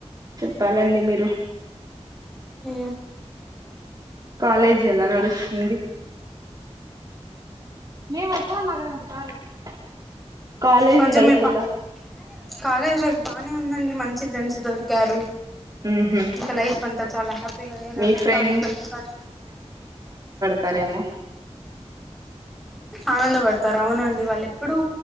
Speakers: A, on the right; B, in the centre.
A: చెప్పాలండి మీరు
B: ఆ
A: కాలేజ్ ఎలా నడుస్తుంది <unintelligible> కాలేజ్
B: కొంచెం
A: లైఫ్
B: మీ పక్క
A: ఎలా
B: కాలేజీ బాగానే ఉందండి మంచి ఫ్రెండ్స్ దొరికారు
A: ఉహు
B: ఇంకా లైఫ్ అంతా చాలా హ్యాపీగానే నడుస్తోంది
A: మీ ఫ్రెండ్
B: ప్రస్తుతానికి
A: తారేమో
B: ఆనందపడతారు అవునండి వాళ్ళుెప్పుడుూ